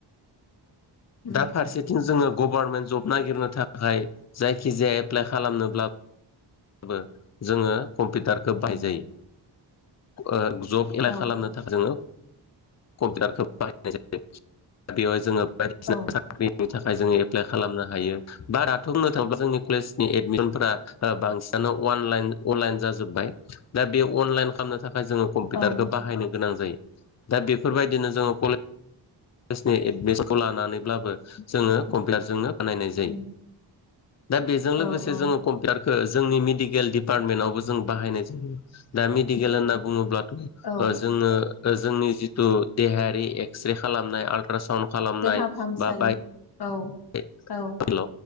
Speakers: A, on the left; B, on the left.
A: उम
B: दा फारसेथिं जोङो गबारनमेन्ट जब नागिरनो थाखाय जायखिजाया एप्लाइ खालामनोब्ला बो जोङो कम्पिटारखो बायजायो
A: औ
B: ओ गि <unintelligible> जब एलाइ
A: औ
B: खालामनो थाखाय जोङो कम्पिउटारखौ बाहायनाय जायो बेवहाय जोङो बायदिसिना
A: औ
B: साख्रिनि थाखाय जोङो एप प्लाइ खालामनो हायो बाराथ' बुंनो थाङोब्ला जोंनि कलेजनि एडमिसनफोरा ओ बां बांसिनानो अवानलाइन अनलाइन जाजोब्बाय दा बे अनलाइन खालामनो थाखाय जोङो कम्पिटारखो
A: औ
B: बाहायनो गोनां जायो दा बेफोरबायदिनो जोङो कले <unintelligible> <unintelligible> जनि एडमिसनखौ लानानैब्लाबो जोङो कम्पिवारजोंनो बानायनाय जायो।
A: उम
B: दा बेजों लोगोसे
A: औ औ
B: जोङो कम्पिउटारखो जोंनि मिदिक एल डिपार्टमेन्टआवबो जों बाहायनाय जायो दा मेडिकेल होनना बुङोब्लाथ' ओ
A: औ
B: जोङो ओ जोंनि जितु देहायारि एक्से खालामनाय आल्ट्रासन खालामनाय
A: देहा फाहामसालि
B: बा बाय
A: औ
B: <unintelligible>
A: औ
B: हेल'